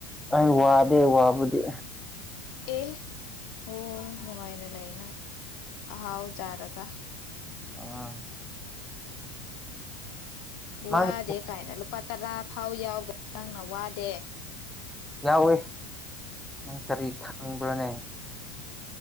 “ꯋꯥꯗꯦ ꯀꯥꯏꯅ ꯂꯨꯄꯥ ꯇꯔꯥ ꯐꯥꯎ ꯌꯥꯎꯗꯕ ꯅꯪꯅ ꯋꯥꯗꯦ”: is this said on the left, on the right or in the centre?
Left